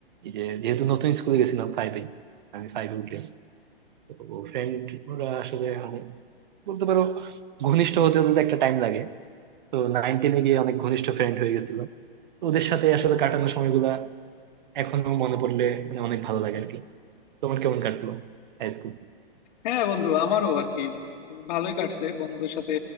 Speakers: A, on the right; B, on the left.
A: এই যে যেহেতু নতুন স্কুলে গেছিলাম ফাইভে আমি ফাইভে উঠলাম তো ফ্রেন্ড ওরা আসলে অনেক বলতে পারো ঘনিষ্ঠ হতে হতে তো একটা টাইম লাগে তো নাইন টেনে গিয়ে অনেক ঘনিষ্ঠ ফ্রেন্ড হয়ে গেছিল তো ওদের সাথে আসলে কাটানো সময়গুলা এখনো মনে পড়লে মানে অনেক ভালো লাগে আর কি তোমার কেমন কাটলো হাই স্কুল
B: হ্যাঁ বন্ধু আমারও আর কি উম, ভালোই কাটছে বন্ধুদের সাথে